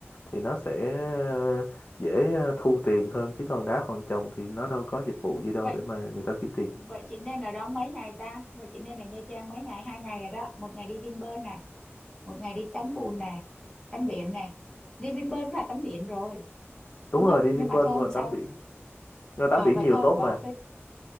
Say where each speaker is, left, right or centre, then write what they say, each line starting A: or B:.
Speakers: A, on the left; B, on the left.
A: thì nó sẽ ờ, dễ ờ, thu tiền hơn chứ còn đá hòn chồng thì nó đâu có dịch vụ gì đâu
B: vậy
A: để mà người ta kiếm tiền.
B: vậy chị nên ở đó mấy ngày ta vậy chị nên ở Nha Trang mấy ngày hai ngày rồi đó một ngày đi Vinpearl nè, một ngày đi tắm bùn nè tắm biển nè đi Vinpearl cũng là tắm biển rồi
A: Đúng
B: đúng
A: rồi,
B: không
A: đi
B: nhưng
A: Vinpearl
B: mà thôi
A: cũng
B: hôm
A: là
B: sau
A: tắm biển. Nhưng mà tắm
B: à,
A: biển
B: vậy
A: nhiều
B: thôi
A: tốt
B: bỏ
A: mà.
B: cái